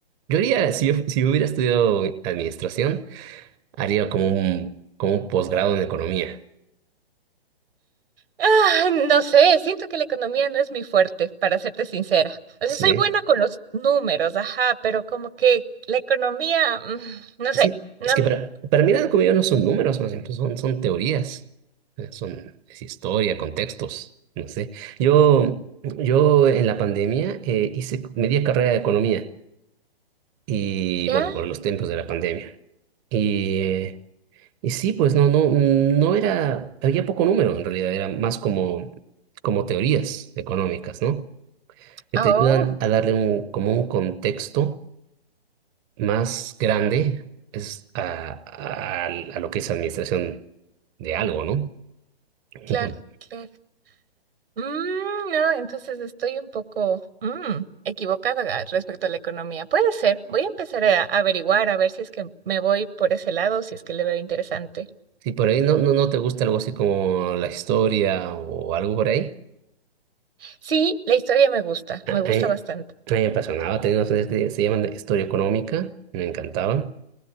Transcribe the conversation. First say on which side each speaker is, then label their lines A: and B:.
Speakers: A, on the right; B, on the right.
A: yo haría, si yo, si yo hubiera estudiado administración, haría como un, como un posgrado en economía.
B: Ah, no sé, siento que la economía no es mi fuerte, para serte sincera. O sea,
A: Sí,
B: soy buena con los números, ajá, pero como que la economía, mm, no
A: sí.
B: sé. No,
A: Es que para, para mí la economía no son números, más bien, pues, son, son teorías, Eh, son es historia, contextos, no sé. Yo, yo en la pandemia eh, hice media carrera de economía. y
B: ¿Ya?
A: bueno, por los tiempos de la pandemia. Y, eh, y sí, pues no, no, mm, no era, había poco número en realidad, era más como, como teorías económicas, ¿no? Que
B: Ah,
A: te
B: Oh,
A: ayudan a darle un, como un contexto más grande es a, a, a lo que es administración de algo, ¿no?
B: claro,
A: Un- un-
B: claro. Mm, no, entonces estoy un poco mm, equivocada a- respecto a la economía. Puede ser. Voy a empezar a averiguar, a ver si es que me voy por ese lado, si es que le veo interesante.
A: Si por ahí no, no, no te gusta algo así como la historia o algo por ahí.
B: Sí, la historia me gusta,
A: A
B: me
A: a
B: gusta
A: mí,
B: bastante.
A: a mí me apasionaba, tenía unas materias que se llaman de historia económica, me encantaban,